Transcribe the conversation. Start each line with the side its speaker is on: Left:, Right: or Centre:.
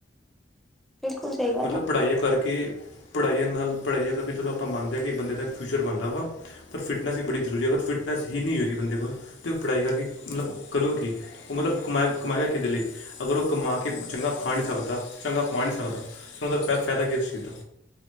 Centre: ਬਿਲਕੁਲ ਸਹੀ ਗੱਲ
Left: ਮਤਲਬ
Centre: ਆ
Left: ਪੜਾਈਆ ਕਰਕੇ ਪੜਾਈਆਂ ਨਾਲ ਪੜਾਈਆਂ ਕਰਕੇ ਚਲੋ ਆਪਾਂ ਮੰਨਦੇ ਆਂ ਕਿ ਬੰਦੇ ਦਾ ਇੱਕ ਫਿਊਚਰ ਬਨਦਾ ਵਾ। ਪਰ ਫਿਟਨਸ ਵੀ ਬੜੀ ਜ਼ਰੂਰੀ ਐ ਅਗਰ ਫਿਟਨਸ ਈ ਨਈਂ ਹੋਏਗੀ ਬੰਦੇ ਕੋਲ ਤੇ ਓ ਪੜਾਈ ਕਰਕੇ ਮਤਲਬ ਕਰੂਗਾ ਕੀ। ਓ ਮਤਲਬ ਕਮਾਏ-ਕਮਾਏ ਗਾ ਕਿਦੇ ਲਈ ਅਗਰ ਓ ਕਮਾ ਕੇ ਚੰਗਾ ਖਾ ਨੀ ਸਕਦਾ ਚੰਗਾ ਪਾ ਨੀ ਸਕਦਾ ਫੇਰ ਓਦਾ ਫੈ-ਫੈਦਾ ਕੀ ਆ ਓਸ ਚੀਜ਼ ਦਾ।